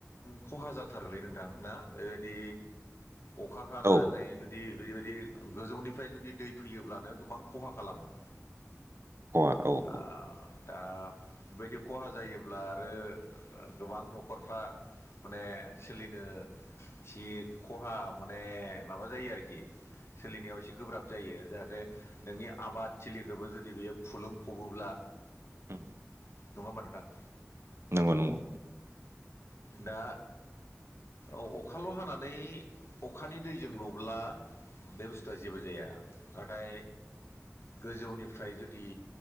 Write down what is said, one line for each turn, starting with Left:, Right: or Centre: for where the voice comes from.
Left: खहा जाथारोलै नोंथां ना? बेबायदि अ'खा हानानै
Right: औ
Left: जुदि' बेबायदि गोजौनिफ्राय जुदि दै फैयोब्लानो गोबां ख'हा खालामो।
Right: अआ औ औ
Left: ओ दा बेबायदि खहा जायोब्ला आरो गोबां न'खरफ्रा। माने सोलिनो इसे खहा माने माबा जायो आरोखि। सोलिनायाव एसे गोब्राब जायो जाहाथे नोंनि आबाद थिलिखौबो जुदि बेयो फुलुं फबोब्ला
Right: <inaudible>
Left: नङ होमबा नोंथां?
Right: नंगौ नंगौ
Left: दा औ अखाल' हानानै अखानि दैजोंल'ब्ला बे बुस्थुआ जेबो जाया नाथाय गोजौनिफ्राय जुदि